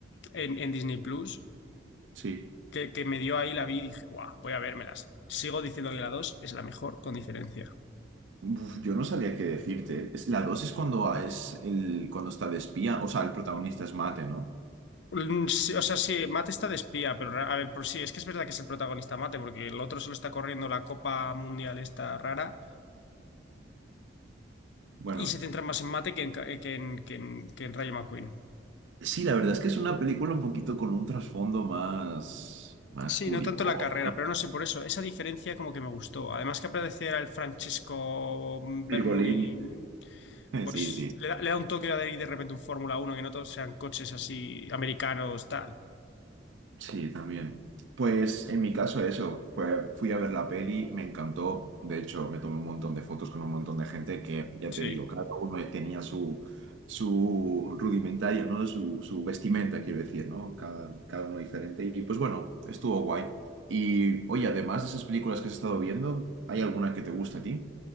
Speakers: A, on the left; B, on the right.
A: en, en Disney Plus
B: Sí.
A: que, que me dio ahí la vi y dije, guau, voy a vérmelas. Sigo diciendo que la 2 es la mejor, con diferencia.
B: Uf, yo no sabía qué decirte. Es, la dos es cuando es el, cuando está de espía, o sea, el protagonista es Mate, ¿no?
A: Mm, sí, o sea, sí, Mate está de espía, pero a ver, por sí, es que es verdad que es el protagonista Mate, porque el otro solo está corriendo la Copa Mundial esta rara
B: Bueno.
A: y se centra más en Mate que en, ca- eh, que en, que en, que en Rayo McQueen.
B: Sí, la verdad es que es una película un poquito con un trasfondo más, más
A: Sí,
B: curioso.
A: no tanto la carrera, pero no sé, por eso, esa diferencia como que me gustó. Además que apareciera el Francesco Bermulin,
B: Virgolini. <laughs>
A: pues
B: Sí, sí.
A: le da, le da un toque de, de repente un Fórmula uno que no todos sean coches así americanos, tal.
B: Sí, también. Pues en mi caso eso, pues fui a ver la peli, me encantó, de hecho me tomé un montón de fotos con un montón de gente que, ya
A: Sí.
B: te digo, cada uno tenía su, su rudimentaria, ¿no? Su, su vestimenta, quiero decir, ¿no? Cada, cada uno diferente y pues bueno, estuvo guay. Y oye, además de esas películas que has estado viendo, ¿hay alguna que te gusta a ti